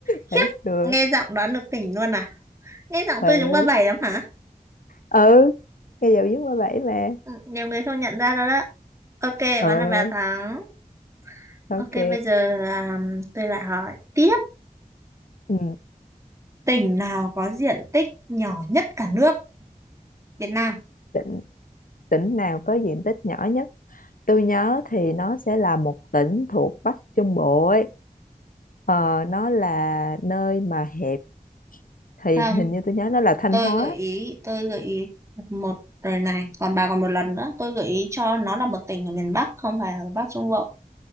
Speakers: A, on the right; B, on the left.
A: khiếp
B: Thấy chưa?
A: nghe giọng đoán được tỉnh luôn à nghe giọng
B: Ừ.
A: tôi giống ba bảy lắm hả
B: ừ cây dầu dứt qua bảy mà
A: Ừ, nhiều người không nhận ra đâu đó ok
B: ừ
A: bán là bà thắng
B: ok
A: ok bây giờ à, tôi lại hỏi tiếp
B: ừ.
A: tỉnh nào có diện tích nhỏ nhất cả nước Việt Nam
B: tỉnh tỉnh nào có diện tích nhỏ nhất tôi nhớ thì nó sẽ là một tỉnh thuộc Bắc Trung Bộ ấy ờ, nó là nơi mà hẹp thì
A: không
B: hình như tôi nhớ nó là Thanh
A: tôi
B: Hóa
A: gợi ý tôi gợi ý một rồi này còn bà còn một lần nữa tôi gợi ý cho nó là một tỉnh ở miền Bắc không phải ở Bắc Trung Bộ